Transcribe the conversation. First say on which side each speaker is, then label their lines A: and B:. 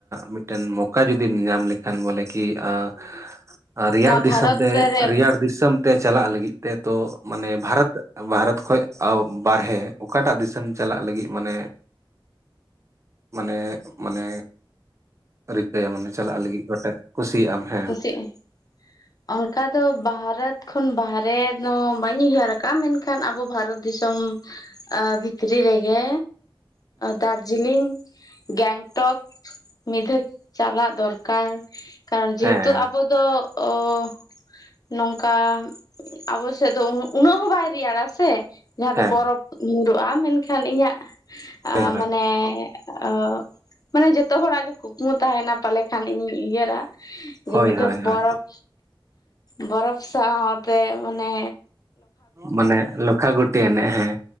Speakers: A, on the right (about 35°); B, on the left (about 45°).
A: ᱢᱤᱫᱴᱮᱱ ᱢᱚᱠᱟ ᱡᱩᱫᱤᱢ ᱧᱟᱢ ᱞᱮᱠᱷᱟᱱ ᱵᱚᱞᱮ ᱠᱤᱼᱼ <unintelligible> ᱨᱮᱭᱟᱲ
B: ᱱᱚᱣᱟ
A: ᱫᱤᱥᱚᱢ
B: ᱵᱷᱟᱨᱚᱛ
A: ᱛᱮ
B: ᱨᱮ ᱦᱮᱸ
A: ᱨᱮᱭᱟᱲ ᱫᱤᱥᱚᱢ ᱛᱮ ᱪᱟᱞᱟᱜ ᱞᱟᱹᱜᱤᱫ ᱛᱮ ᱛᱚ ᱢᱟᱱᱮ ᱵᱷᱟᱨᱚᱛᱼᱼ ᱵᱷᱟᱨᱚᱛ ᱠᱷᱚᱱ ᱵᱟᱨᱦᱮ ᱚᱠᱟᱴᱟᱜ ᱫᱤᱥᱚᱢᱼᱼ ᱛᱮᱢ ᱪᱟᱞᱟᱜ ᱞᱟᱹᱜᱤᱫ ᱢᱟᱱᱮ ᱢᱟᱱᱮ ᱢᱟᱱᱮᱼᱼ ᱨᱤᱠᱟᱹ ᱟᱢ ᱢᱟᱱᱮ ᱪᱟᱞᱟᱜ ᱞᱟᱹᱜᱤᱫ ᱜᱚᱴᱮᱡ ᱠᱩᱥᱤᱭᱟᱜ ᱟᱢ ᱦᱮᱸ᱾
B: ᱪᱮᱫ? ᱚᱱᱠᱟ ᱫᱚ ᱵᱷᱟᱨᱚᱛ ᱠᱷᱚᱱ ᱵᱟᱦᱨᱮ ᱫᱚ ᱵᱟᱹᱧ ᱩᱭᱦᱟᱹᱨ ᱟᱠᱟᱫ-ᱟ ᱢᱮᱱᱠᱷᱟᱱ ᱟᱵᱚ ᱵᱷᱟᱨᱚᱛ ᱫᱤᱥᱚᱢᱼᱼ ᱟᱻ ᱵᱷᱤᱛᱨᱤ ᱨᱮᱜᱮᱼᱼ ᱫᱟᱨᱡᱤᱞᱤᱝ ᱜᱮᱝᱴᱚᱠᱼᱼ ᱢᱤᱫ ᱫᱷᱟᱣ ᱪᱟᱞᱟᱜ ᱫᱚᱨᱠᱟᱨ ᱠᱟᱨᱚᱱ ᱡᱮᱦᱮᱛᱩ
A: ᱦᱮᱸ
B: ᱟᱵᱚ ᱫᱚᱼᱼ ᱚ ᱱᱚᱝᱠᱟ ᱟᱵᱚ ᱥᱮᱫ ᱫᱚ ᱩᱱᱟᱹᱜ ᱦᱚᱸ ᱵᱟᱭ ᱨᱮᱭᱟᱲᱟ ᱥᱮ? ᱡᱟᱦᱟᱸ
A: ᱦᱮᱸ
B: ᱫᱚ ᱵᱚᱨᱚᱯᱷ ᱧᱩᱨᱩᱜ-ᱟ ᱢᱮᱱᱠᱷᱟᱱ ᱤᱧᱟᱹᱜ
A: ᱦᱳᱭ
B: ᱢᱟᱱᱮᱼᱼ ᱚ ᱢᱟᱱᱮ ᱡᱚᱛᱚ ᱦᱚᱲᱟᱜ ᱜᱮ ᱠᱩᱠᱢᱩ ᱛᱟᱦᱮᱱᱟ ᱯᱟᱞᱮ ᱠᱷᱟᱱ ᱤᱧ ᱩᱭᱦᱟᱹᱨᱟ᱾ ᱢᱤᱫ
A: ᱦᱳᱭ ᱦᱳᱭ ᱦᱳᱭ
B: ᱫᱷᱟᱣ ᱵᱚᱨᱯᱷᱼᱼ
A: ᱦᱳᱭ
B: ᱵᱚᱨᱚᱯᱷ ᱥᱟᱣᱛᱮ ᱚᱱᱮᱼᱼ
A: ᱢᱟᱱᱮ ᱞᱚᱠᱷᱟ ᱜᱩᱴᱤ ᱮᱱᱮᱡ ᱦᱮᱸᱼᱼ